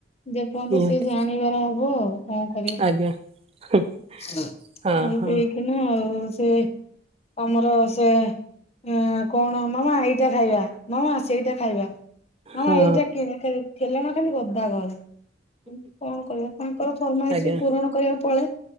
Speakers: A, on the left; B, on the right.
A: ଯେପର୍ଯ୍ୟନ୍ତ
B: ନିହାତି
A: ସି ଜାଣିବାର ହବ ଆଉ କଣ କରିବା।
B: ଆଜ୍ଞା <unintelligible>
A: <unintelligible>
B: ହଁ ହଁ
A: କିନା ଆଉ ସେ ଆମର ସେ ଏଁ କଣ ମାମା ଏଇଟା ଖାଇବା, ମାମା ସେଇଟା ଖାଇବା। ମାମା
B: ହଁ
A: ଏଇଟା କିଣି, ଖେଲଣା ଖାଲି ଗଦା ଗ କଣ କରିବା ତାଙ୍କର ଫରମାଇଶ
B: ଆଜ୍ଞା
A: ବି ପୂରଣ କରିବା ପଳେ।